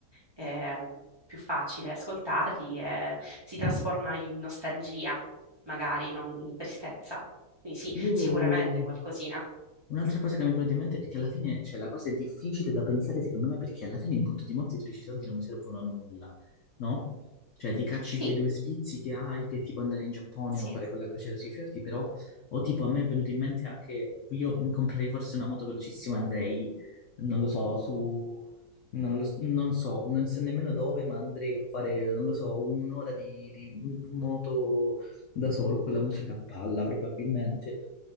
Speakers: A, on the right; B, on the left.
A: eh, più facile ascoltarli e si trasforma in nostalgia, magari non in tristezza. Quindi sì,
B: Io...
A: sicuramente qualcosina.
B: Un'altra cosa che mi è venuta in mente è perché alla fine, cioè la cosa è difficile da pensare secondo me perché alla fine in punto di morte tu dici i soldi non mi servono a nulla, no? Cioè ti cacci
A: Sì,
B: quei due sfizi che hai che tipo andare in Giappone
A: sì,
B: o fare quella crociera sui fiordi, però o tipo a me è venuto in mente anche io comprerei forse una moto velocissima, andrei, non lo so, su non lo s- non so, non so nemmeno dove, ma andrei a fare, non lo so, un'ora di, di moto da solo con la musica a palla probabilmente